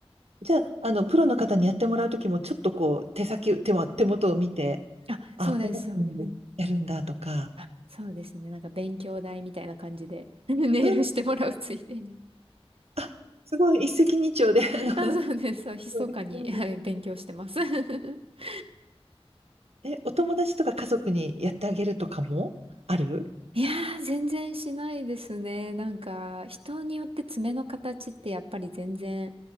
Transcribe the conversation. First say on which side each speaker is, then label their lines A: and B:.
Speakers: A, on the right; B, on the right.
A: じゃあ、あの、プロの方にやってもらうときも、ちょっとこう、手先、手も、手元を見て、
B: あ、
A: あ、
B: そうです、
A: こんなふうにやるんだとか、
B: そうです。あ、そうですね。なんか勉強代みたいな感じで <laughs> ネイルしてもらうついでに。
A: うん、あ、すごい、一石二鳥で、あの、
B: <laughs>
A: そ
B: あ、そうです。そう、密かに、
A: うですうん
B: はい、勉強してます。<laughs>
A: <laughs> え、お友達とか家族にやってあげるとかもある
B: いやー、全然しないですね。なんか、人によって爪の形ってやっぱり全然